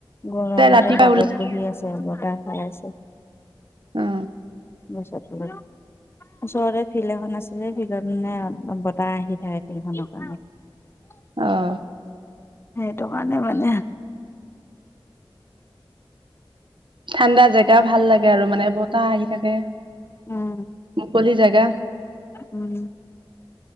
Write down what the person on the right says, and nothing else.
তে ৰাতিপুৱা
ওলাইছে
অ
অহ
ঠাণ্ডা জেগা ভাল লাগে আৰু মানে বতাহ আহি থাকে
মুকলি জেগা